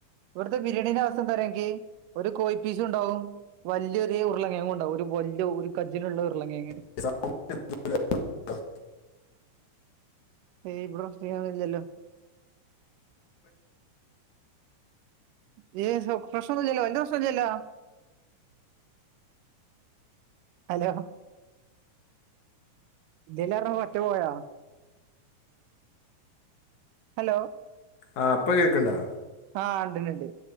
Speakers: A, on the right; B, on the left.
A: ഇവിടത്തെ ബിരിയാണിന്റെ അവസ്ഥ എന്താറിയോങ്ങക്കി ഒരു കോഴി പീസും ഉണ്ടാവും വലിയൊരു ഉരുളങ്ങേങ്ങ് ഉണ്ടാവും ഒരു വലിയ ഒരു കജിനുള്ള ഉരുളങ്ങേങ്ങ്
B: <inaudible>
A: ഏയ് ഇവിടെ ഫ്രീയൊന്നുല്ലല്ലോ <unintelligible> പ്രശ്നൊന്നില്ലല്ലോ എന്ത് പ്രശ്നൊയില്ലല്ലോ അലോ ഇതിനൊറണം വട്ടുപോയോ ഹലോ
B: ആഹ് പ്പ കേക്ക്ണ്ടോ
A: ആഹ് ണ്ട് ലിണ്ട്